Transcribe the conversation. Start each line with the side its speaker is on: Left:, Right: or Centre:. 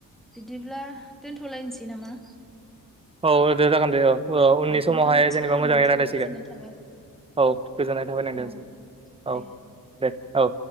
Centre: बिदिब्ला दोनथ'लायनोसै नामा
Right: औ दे जागोन दे औ औ उननि समावहाय
Centre: नोंथांजों
Right: जेनेबा
Centre: सावरायनानै
Right: मोजाङै
Centre: जोबोद
Right: रायज्लायसिगोन
Centre: गोजोननाय थाबाय
Right: औ गोजोननाय थाबाय नांदों
Centre: औ दे
Right: औ दे औ